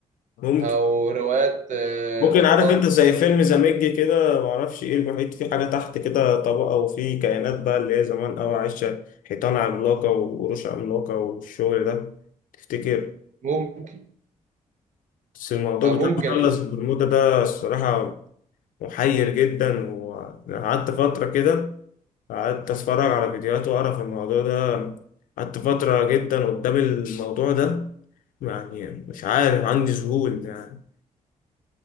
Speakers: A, on the left; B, on the right.
A: ممكن
B: أو روايات آه،
A: ممكن
B: أطلانتس
A: عارف انت زي فيلم زاميج كده معرفش ايه المحيط فيه حاجة تحت كده طبقة وفيه كائنات بقى اللي هي زمان أوي عايشة حيطان عملاقة وقروش عملاقة والشغل ده تفتكر
B: ممكن
A: بس الموضوع
B: أو ممكن
A: بتاع مثلث برمودا ده الصراحة محير جدا وقعدت فترة كده قعدت أتفرج على فيديوهات وأقرأ في الموضوع ده قعدت فترة جدا قدام الموضوع ده يعني مش عارف عندي ذهول يعني